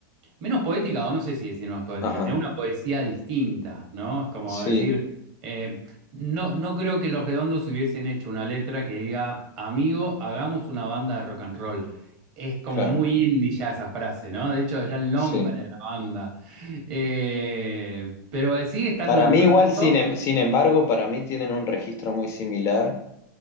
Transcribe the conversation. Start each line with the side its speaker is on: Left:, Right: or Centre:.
Right: Menos poética, o no sé si decir menos poética,
Left: Ajá,
Right: tiene una poesía distinta, ¿no? Es como
Left: sí,
Right: decir, eh, no, no creo que Los Redondos hubiesen hecho una letra que diga, amigo, hagamos una banda de rock and roll. Es como
Left: claro,
Right: muy indie ya esa frase, ¿no? De hecho, ya el nombre
Left: sí.
Right: de la banda. Eh, pero eh, sigue estando
Left: Para
Right: dentro
Left: mí igual,
Right: del
Left: sin,
Right: rock.
Left: em- sin embargo, para mí tienen un registro muy similar